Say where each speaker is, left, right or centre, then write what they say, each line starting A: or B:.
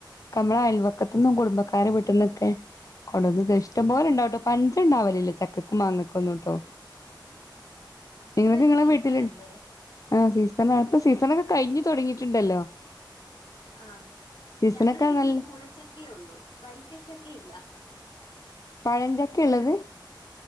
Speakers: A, on the left; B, on the left.
A: ക്കമ്മളെ അയൽവക്കത്ത്ന്നും കുടുംബക്കാരെ വീട്ടിന്നൊക്കെ കൊണ്ടോന്ന് ത ഷ്ടം പോലെ ഉണ്ടാവട്ടോ പഞ്ചണ്ടാവലില്ല ചക്കയ്ക്കും മാങ്ങക്കൊന്നും ട്ടോ.
B: ഇപ്പൊ
A: ഇവത്
B: അയിന്റെ
A: ങ്ങളെ
B: സീസൺ
A: വീട്ടില്
B: അല്ലേ
A: ആ സീസൺ ഇപ്പൊ സീസണൊക്കെ കഴിഞ്ഞു തുടങ്ങിട്ട്ണ്ടല്ലോ?
B: ആഹ്
A: സീസണൊക്കെ
B: ഞങ്ങടെ വീട്ടിൽ
A: നല്ല
B: കൂഴച്ചക്കേ ഉള്ളൂ വരിക്കച്ചക്കയില്ല.
A: പഴഞ്ചക്കെള്ളത്?